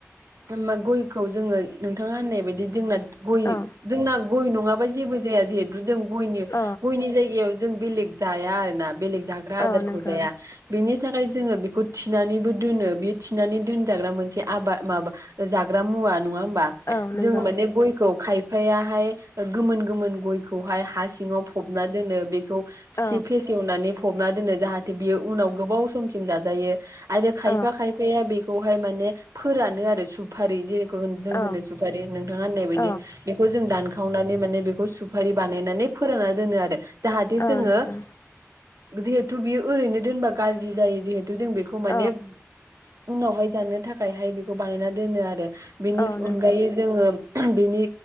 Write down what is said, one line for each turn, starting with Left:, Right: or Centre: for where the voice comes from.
Right: ओम गयखौ जोङो नोंथाङा होननाय बायदि जोंना गय
Left: औ
Right: जोंना गय नङाबा जेबो जाया जिहेतु जों गयनि
Left: औ
Right: गयनि जायगायाव जो जों बेलेग जाया आरोना। बेलेग जाग्रा
Left: औ
Right: आदार
Left: नंगौ
Right: जाया बिनो बेनि थाखाय जोङो बेखौ थिनानैबो दोनो बे थिनानै दोनजाग्रा मोनसे आबाद माबा जाग्रा मुवा नङा ओम बा
Left: औ नंगौ
Right: जों माने गयखौ खाय बिफायाहाय गोमोन गोमोन गयखौहाय हा सिङाव फबना दोनो बे खौ फिसि
Left: औ
Right: फेसेवनानै खबना दोनो जाहाथ बियो उनाव गोबाव समसिम जाजायो। आरो खायफा
Left: औ
Right: खायफाया बेख बेखौहाय माने फोरानो आरो सुफारि जेरै जों
Left: औ
Right: होनो सुफारि नोंथाङा होननाय बायदि
Left: औ
Right: बेखौ जों दानखावनानै माने सुफारि बानायनानै फोरानना दोनो आरो। जाहाथे
Left: औ
Right: जोङो
Left: नंगौ
Right: जिहु टु बियो ओरैनो दोनबा गाज्रि जायो जिहेत जों बेखौ माने
Left: औ
Right: उनावहाय जानो थाखायहाय बेखौ बानायना दोनो आरो। बिनिफ
Left: औ नंगौ
Right: अनगायै जोङो बेनि